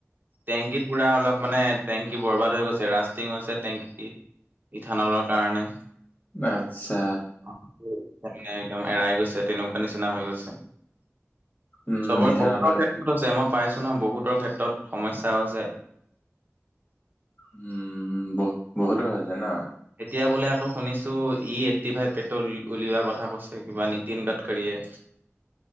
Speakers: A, on the right (about 40°); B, on the left (about 35°).
A: টেংকিত পুৰা অলপ মানে টেংকি বৰবাদ হৈ গৈছে, ৰাষ্টিং হৈছে টেংকি ইথানলৰ কাৰণে।
B: আচ্ছা।
A: মানে একদম এৰাই গৈছে তেনেকুৱা নিচিনা হৈ গৈছে।
B: উম
A: চবৰে
B: ইথানলৰ
A: বহুতৰ ক্ষেত্ৰত হৈছে, মই পাইছো নহয় বহুতৰ ক্ষেত্ৰত সমস্যাও আছে।
B: উম, বহ বহুতৰ হৈছে ন?
A: এতিয়া বোলে আকৌ শুনিছো ই এইট্টি ফাইভ পেট্ৰল উলিওৱা কথা কৈছে কিবা নীতিন গাডকাৰীয়ে।